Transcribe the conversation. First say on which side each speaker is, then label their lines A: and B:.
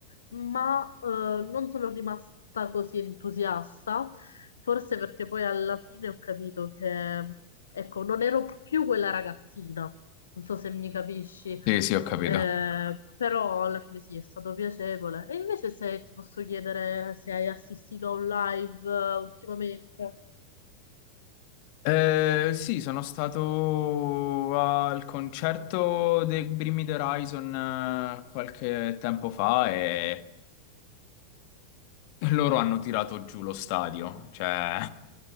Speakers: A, on the left (about 65°); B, on the left (about 45°).
A: ma eh, non sono rimasta così entusiasta, forse perché poi alla fine ho capito che, ecco, non ero più quella ragazzina, non so se mi capisci,
B: Sì, sì, ho capito.
A: eh, però alla fine sì, è stato piacevole. E invece se ti posso chiedere se hai assistito a un live eh, ultimamente,
B: Eh, sì, sono stato al concerto dei Bring Me the Horizon eh, qualche tempo fa e loro hanno tirato giù lo stadio, cioè